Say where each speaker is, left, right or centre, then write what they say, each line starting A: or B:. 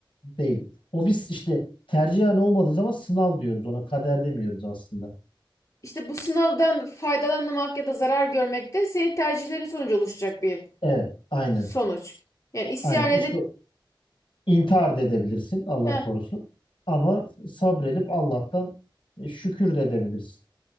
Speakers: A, on the left; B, on the left.
A: değil. O biz işte tercihen olmadığı zaman sınav diyoruz ona kader demiyoruz aslında.
B: İşte bu sınavdan faydalanmak ya da zarar görmek de senin tercihlerin sonucu oluşacak bir
A: Evet, aynen,
B: sonuç. Yani isyan
A: aynen.
B: edip
A: İşte intihar da edebilirsin Allah
B: heh,
A: korusun. Ama sabredip Allah'tan e, şükür de edebilirsin.